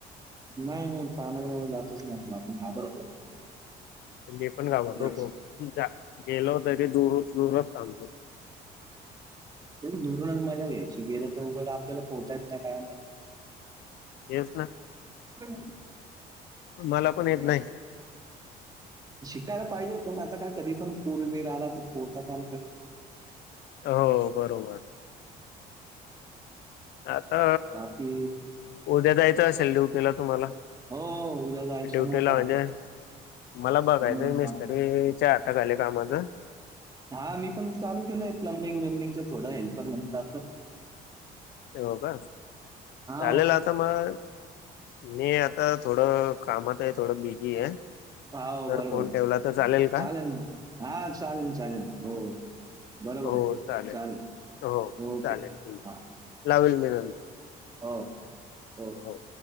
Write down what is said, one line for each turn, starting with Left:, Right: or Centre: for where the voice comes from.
Right: नाही नाही पाहण्याजवळ जातच नाही आपण घाबरतो.
Left: मी पण घाबरतो
Right: तेच.
Left: खुप गेलो तरी दूर दूरच थांबतो.
Right: तर दुरून मजा घ्यायची गेलं तर उघड आपल्याला पोहतायेत ना काय नाही.
Left: येस ना.
Right: हम् <unintelligible>
Left: मला पण येत नाही.
Right: शिकायला पाहिजे पण आता काय कधी पण पुर बिर आला तर कोर्तात आलं पाहिजे.
Left: हो बरोबर. आता
Right: बाकी
Left: उद्या जायचं असेल ड्युटीला तुम्हाला
Right: हो हो उद्या जायचं
Left: ड्युटी
Right: ना त्या
Left: ला म्हणजे मला
Right: हम्म
Left: बघायचं मिसत. हे हेच हात घ आले कामाचं.
Right: हा मी पण चाल केलंय प्लं्बिंग वेम्बिंग थोड हेल्पर म्हणून जातो.
Left: तेव का
Right: हा
Left: चालेल आता मग म आता थोडं कामात आहे थोडं बिझी आहे.
Right: हो
Left: तर
Right: बरोबर
Left: फोन ठेवला तर का
Right: चालेल हा चालेल चालेल हो. बरोबर
Left: हो
Right: आहे
Left: चालेल
Right: चालेल
Left: हो
Right: ओके
Left: चालेल ठीक आहे.
Right: ह.
Left: लावेल मी नंतर
Right: होय हो.
Left: हो.